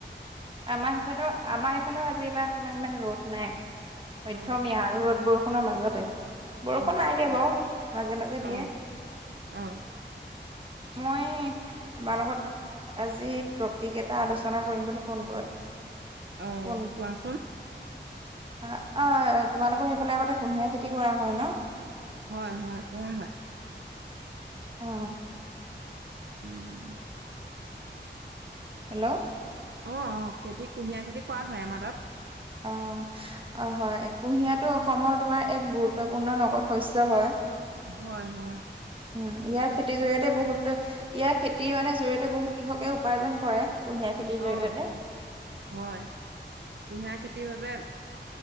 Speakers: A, on the right (about 25°); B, on the right (about 65°).
A: আমাৰ সেইফালেও, আমাৰ ইফালেও আজিবাৰ তোমাৰ ইমান ৰ'দ নাই। মধ্যমীয়া
B: অ
A: আৰু ৰ'দ বৰষুণৰ মাজতে। বৰষুণ
B: অ
A: নাই দিয়া বাও। মাজে মাজে
B: অ
A: দিয়ে।
B: অ।
A: মই তোমাৰ লগত আজি ট্ৰপিক এটা আলোচনা কৰিম বুলি- ফোন কৰে।
B: অ
A: ফোন-
B: কোৱাচোন
A: আ অ, তোমালোকৰ সেইফালে আগতে কুঁহিয়াৰ খেতি কৰা হয় ন?
B: হয় হয় কৰা হয়।
A: অ।
B: উম।
A: হেল্ল'
B: অ অ খেতি কুঁহিয়াৰ খেতি কৰা হয় আমাৰ তাত।
A: অ, অ হয়, কুঁহিয়াৰটো অসমৰ তোমাৰ এক গুৰুত্বপূৰ্ণ নগদ শস্য হয়।
B: হয় হয়।
A: উম, ইয়াৰ খেতিৰ জৰিয়তে বহুতে- ইয়াৰ খেতিৰ মানে জৰিয়তে বহুত কৃষকে উপাৰ্জন কৰে কুঁহিয়াৰ। খেতিৰ
B: অ
A: জৰিয়তে
B: কি হয়, কুঁহিয়াৰ খেতিৰ বাবে